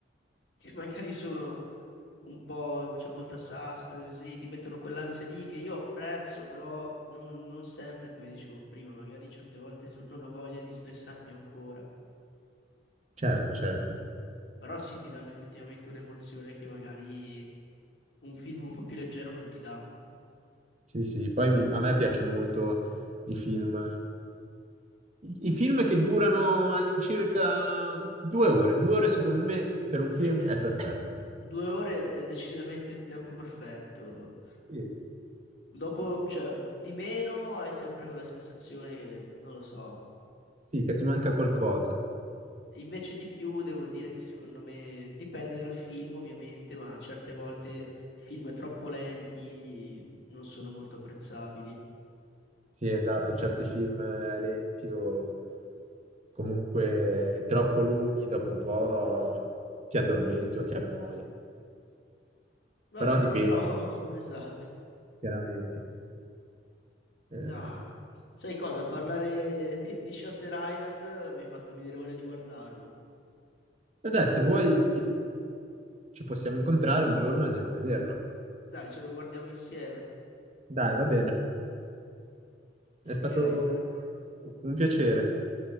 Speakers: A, on the left; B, on the right.
A: che <laughs> magari sono un po', c'è molta suspense, così, ti mettono quell'ansia lì che io apprezzo, però non, non sempre, come dicevo prima, magari certe volte non non ho voglia di stressarmi ancora.
B: Certo, certo.
A: Però sì, ti danno effettivamente un'emozione che magari un film un po' più leggero non ti dà.
B: Sì, sì, poi mi- a me piacciono molto i film, i film che durano all'incirca due ore. Due ore, secondo me, per un
A: Sai
B: film
A: che
B: è perfetto.
A: due ore è decisamente il tempo perfetto.
B: Sì,
A: Dopo, cioè, di meno hai sempre quella sensazione che, non lo so.
B: sì, che ti manca qualcosa.
A: Invece di più devo dire che secondo me dipende dal film ovviamente, ma certe volte film troppo lenti non sono molto apprezzabili.
B: Sì, esatto, certi film eh, lenti o comunque troppo lunghi, dopo un po' ti addormenti o ti annoi,
A: Vabbè,
B: però dipende,
A: però <laughs> esatto.
B: chiaramente. Eh,
A: Ah, sai cosa? Parlare di, di Shutter Island mi hai fatto venire voglia di guardarlo.
B: e dai, se vuoi ci possiamo incontrare un giorno e andiamo a vederlo.
A: Dai, ce lo guardiamo insieme.
B: Dai, va bene, è
A: Ok,
B: stato
A: eh,
B: un piacere.